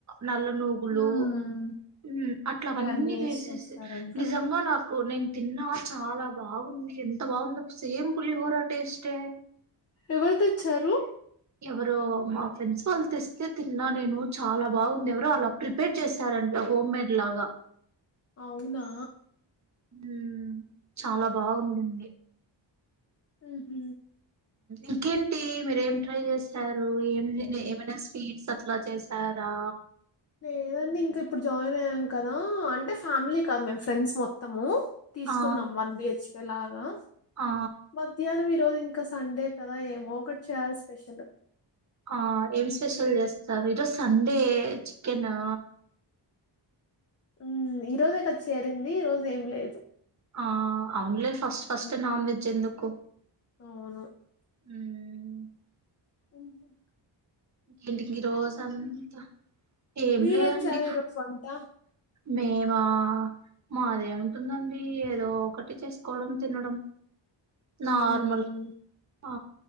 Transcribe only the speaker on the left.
హ్మ్
ఇవన్నీ వేసి
చేస్తారంట
ఎవరు తెచ్చారు
అవునా
ఉహు
లేదండి ఇంకా ఇప్పుడు జాయిన్ అయ్యాం కదా. అంటే ఫ్యామిలీ కద్ మేము ఫ్రెండ్స్ మొత్తము తీసుకున్నాం
వన్ బిహెచ్కే లా ఆ
మధ్యాహ్నం ఈరోజు ఇం ఇంకా సండే కదా ఏమో ఒకటి చేయాలి స్పెషల్
ఉమ్ ఈ రోజే కద్ చేరింది. ఈ రోజ్ ఏం లేదు
um,
అవును
హ్ హూ
మీరేం
చేయాలి ఈరోజు వంట
ఉమ్